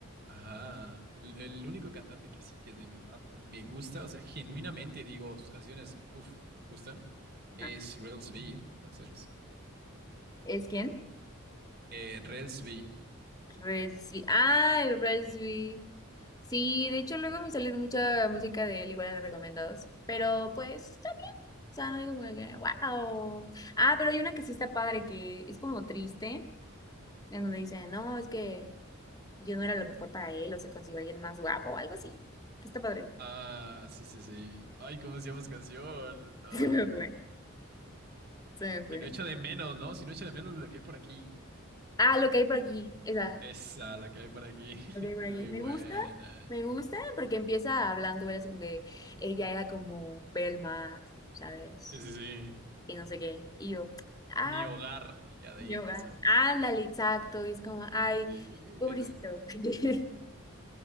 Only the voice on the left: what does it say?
Ajá.
¿Es quién?
Red Swe- Ah, el Red Swe- Sí, de hecho luego me salió mucha música de él, igual en los recomendados. Pero pues. O sea, no digo como que, wow. Ah, pero hay una que sí está padre, que es como triste, en donde dicen, no, es que yo no era lo mejor para él, o se consiguió alguien más guapo, o algo así. Que está padre.
<laughs>
Se me fue, se me fue.
Ah, lo que hay por aquí, esa.
Lo que hay por
aquí.
Me
gusta, me gusta, porque empieza hablando, era así como que ella era como ver el mar, ¿sabes?
Y no sé qué. Y yo, ah,
yo,
ah,
ándale, exacto. Y es como, ay,
pobrecito.
<laughs>